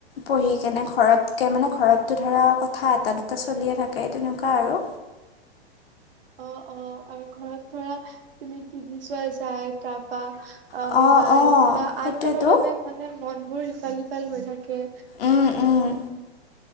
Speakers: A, on the left (about 60°); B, on the right (about 60°).
A: পঢ়ি কেনে, ঘৰতকে মানে, ঘৰতটো ধৰা থা এটা, দুটা, চলিয়ে থাকে, তেনেকুৱা আৰু।
B: অ'! অ'! আৰু ঘৰত ধৰা, তুমি টিভি চোৱা যায়। তাৰপা অ'!
A: অঁ
B: মোবাইল
A: অঁ
B: বা
A: সেইটোৱেতো
B: আন কামৰ বাবে মানে, মনবোৰ ইফাল সিফাল হৈ থাকে।
A: উম উম।